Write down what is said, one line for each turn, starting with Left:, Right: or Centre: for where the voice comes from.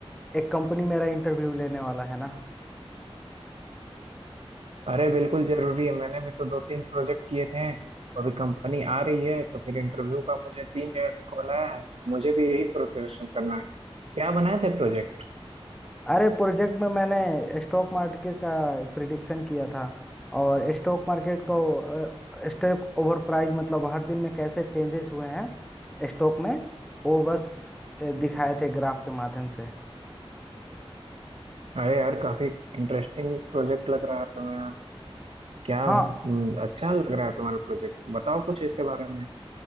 Centre: एक कंपनी मेरा इंटरव्यू लेने वाला है ना
Right: अरे बिल्कुल जरूरी है मैंने भी तो दो तीन प्रोजेक्ट किए थे अभी कंपनी आ रही है तो फिर इंटरव्यू का मुझे तीन जगह से कॉल आया है मुझे भी यही प्रिपरेशन करना है क्या बनाए थे प्रोजेक्ट
Centre: अरे प्रोजेक्ट में मैंने स्टॉक मार्केट का प्रिडिक्शन किया था और स्टॉक मार्केट को स्टॉक ओवर प्राइस मतलब हर दिन में कैसे चेंजेस हुए हैं स्टॉक में वो बस अ, दिखाए थे ग्राफ के माध्यम से
Right: अरे यार काफी इंटरेस्टिंग प्रोजेक्ट लग रहा है तुम्हें क्या
Centre: हाँ
Right: हम्म, अच्छा लग रहा है तुम्हारा प्रोजेक्ट बताओ कुछ इसके बारे में